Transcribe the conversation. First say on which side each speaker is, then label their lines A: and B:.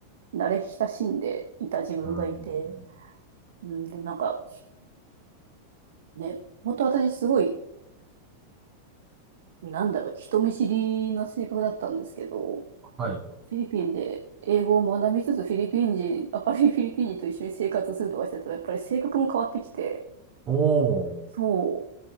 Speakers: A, on the right; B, on the right.
A: 慣れ親しんでいた自分がいて、
B: うん。
A: うん、でもなんか、ね、もっと私すごい、なんだろう、人見知りな性格だったんですけど、
B: はい。
A: フィリピンで英語を学びつつ、フィリピン人、明るいフィリピン人と一緒に生活するとかしてたら、やっぱり性格も変わってきて、
B: おー。
A: そ